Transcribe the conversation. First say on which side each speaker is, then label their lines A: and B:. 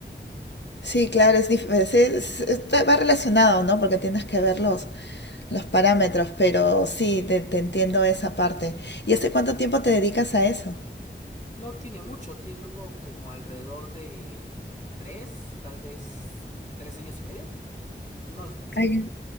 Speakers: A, on the left (about 70°); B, on the left (about 40°).
A: Sí, claro, es, dif- es- es- está- va relacionado, ¿no? Porque tienes que ver los, los parámetros, pero sí, te, te entiendo esa parte. ¿Y hace cuánto tiempo te dedicas a eso?
B: No tiene mucho, tengo como alrededor de tres, tal vez tres años y medio. No es mucho
A: Ah,
B: que,
A: ya.